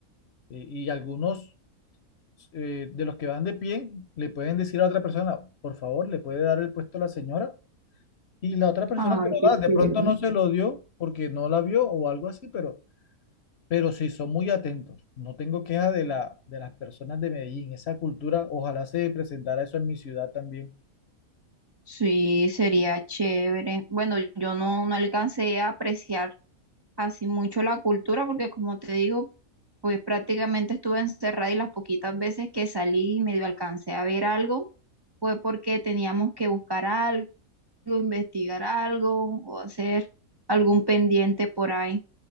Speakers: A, on the left (about 55°); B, on the right (about 40°).
A: Y, y algunos eh, de los que van de pie le pueden decir a otra persona, por favor, le puede dar el puesto a la señora. Y la otra persona
B: Ay,
A: que lo
B: qué
A: da, de
B: chévere.
A: pronto no se lo dio porque no la vio o algo así, pero pero sí son muy atentos. No tengo queja de la, de las personas de Medellín. Esa cultura, ojalá se presentara eso en mi ciudad también.
B: Sí, sería chévere. Bueno, yo no, no alcancé a apreciar así mucho la cultura porque como te digo, pues prácticamente estuve encerrada y las poquitas veces que salí y medio alcancé a ver algo fue porque teníamos que buscar algo, investigar algo o hacer algún pendiente por ahí.